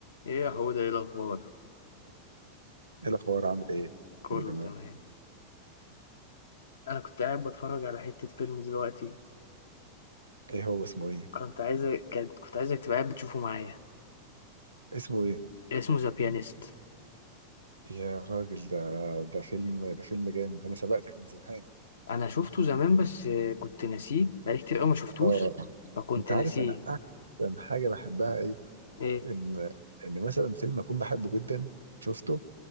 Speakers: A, on the left; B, on the right.
A: ايه يا حوده ايه الاخبار
B: ايه الاخبار عامل ايه
A: كله
B: كله تمام
A: تمام انا كنت قاعد بتفرج على حته فيلم دلوقتي
B: ايه هو اسمه ايه
A: كنت عايز كنت كنت عايزك تبقى قاعد بتشوفه معايا
B: اسمه ايه
A: اسمه ذا بيانيست
B: يا راجل ده ده فيلم ده فيلم جامد انا سبقتك من زمان
A: انا شفته زمان بس آه، كنت ناسيه بقالي كتير قوي ما شفتوش
B: اه
A: فكنت
B: انت عارف
A: ناسيه
B: انا احسن حاجه بحبها ايه
A: ايه
B: ان ان مثلا فيلم اكون بحبه جدا شفته